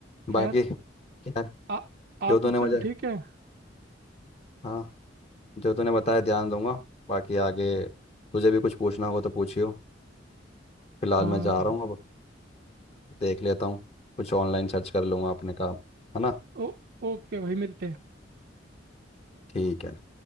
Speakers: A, on the right; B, on the left.
A: खैर
B: बाकी यार
A: आ, आ
B: जो तूने
A: तो
B: मुझे
A: चल ठीक है
B: हाँ जो तूने बताया ध्यान दूंगा बाकी आगे तुझे भी कुछ पूछना होगा तो पूछियो फिलहाल
A: हाँ
B: मैं जा रहा हूँ अब देख लेता हूँ कुछ ऑनलाइन सर्च कर लूँगा अपने काम है ना
A: ओ ओके भाई मिलते हैं
B: ठीक है